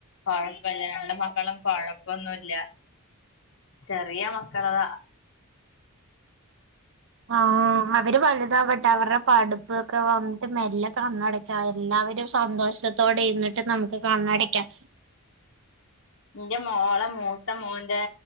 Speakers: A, on the left (about 60°); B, on the right (about 60°).
A: കൊഴപ്പമില്ല രണ്ട് മക്കൾ മക്കളും കൊഴപ്പൊന്നുംല്ല ചെറിയ മക്കളതാ
B: ആഹ അവര് വലുതാവട്ടെ അവരുടെ പടുപ്പൊക്കെ വന്നിട്ട് മെല്ലെ കണ്ണടക്കാ അല്ലെ അവര് ഒരു സന്തോഷത്തോടെ ഇുന്നിട്ട് നമുക്ക് കണ്ണടക്കാം
A: എന്റെ മോള മൂത്ത മോന്റെ